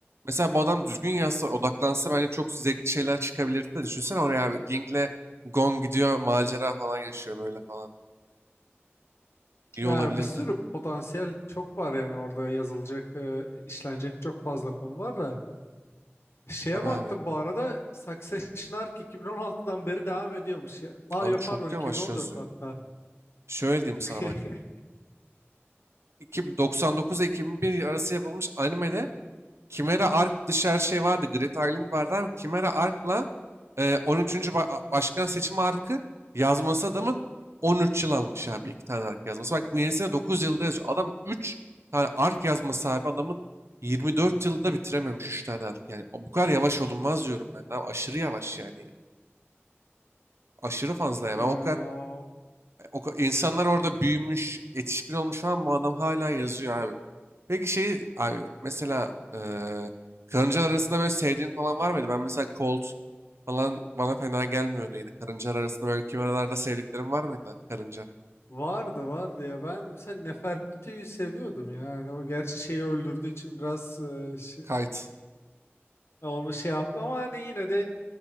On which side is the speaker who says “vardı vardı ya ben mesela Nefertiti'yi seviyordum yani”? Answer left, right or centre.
Left